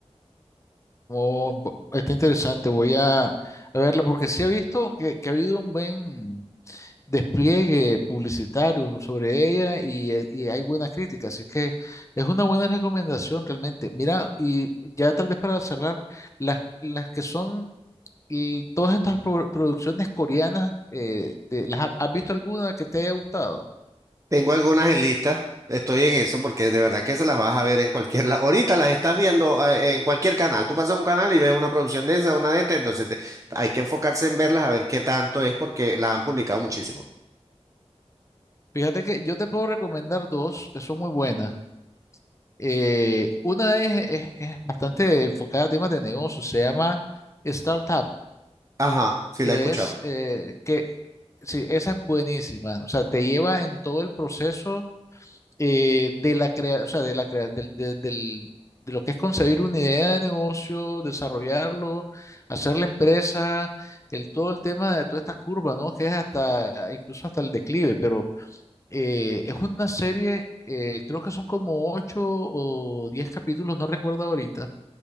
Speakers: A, on the left; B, on the right.
A: Oh, bo- está interesante, voy a, a verla porque sí he visto que, que ha habido un buen despliegue publicitario sobre ella y, eh, y hay buenas críticas, así que es una buena recomendación realmente. Mira, y ya tal vez para cerrar, las, las que son y todas estas pro- producciones coreanas, eh, te- ¿las ha- has visto alguna que te haya gustado?
B: Tengo algunas en lista, estoy en eso porque de verdad que se las vas a ver en cualquier lado. Ahorita las estás viendo eh, en cualquier canal. Tú pasas a un canal y ves una producción de esa, una de esta, entonces te- hay que enfocarse en verlas a ver qué tanto es porque las han publicado muchísimo.
A: Fíjate que yo te puedo recomendar dos que son muy buenas. Eh, una es, es- es bastante enfocada a temas de negocio, se llama Startup,
B: Ajá, sí,
A: que
B: la he escuchado.
A: es eh, que sí, esa es buenísima, o sea, te lleva en todo el proceso eh, de la crea, o sea, de la crea- del, del- del- de lo que es concebir una idea de negocio, desarrollarlo, hacer la empresa, el todo el tema de toda esta curva, ¿no? Que es hasta incluso hasta el declive, pero eh, es una serie, eh, creo que son como ocho o diez capítulos, no recuerdo ahorita,